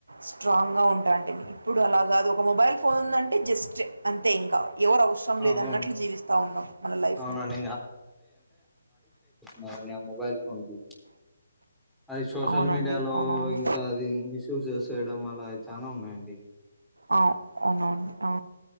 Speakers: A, on the right (about 85°); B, in the centre.
A: స్టోంగా ఉండండి ఎప్పుడు అలకడు మొబైల్ పోందంటే జస్ట్ అంతే ఇంకా ఎవరు అవసరం
B: అవును
A: లేదన్నట్లు జీవిస్తా ఉన్నాం మన లైఫ్ని
B: అవునండి మనల్ని ఆ మొబైల్ ఫోన్కి అది సోషల్
A: అవునండి
B: మీడియాలో
A: అవునవును
B: ఇంకా అది మిస్యూజ్ చేస్త చేయడం అల చానా ఉన్నాయండి
A: అవు అవునవును ఆ